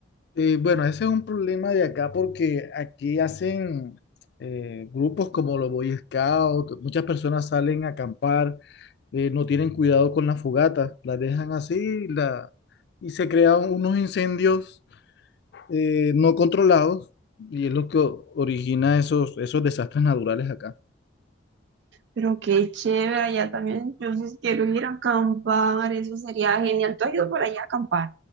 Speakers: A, on the left; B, on the right.
A: Eh, bueno, ese es un problema de acá porque aquí hacen eh, grupos como los Boy Scouts, muchas personas salen a acampar, eh, no tienen cuidado con las fogatas, las dejan así la, y se crean unos incendios eh, no controlados y es lo que o- origina esos, esos desastres naturales acá.
B: Pero qué chévere, allá también. Yo sí quiero ir a acampar, eso sería genial. Tú has ido por allá a acampar,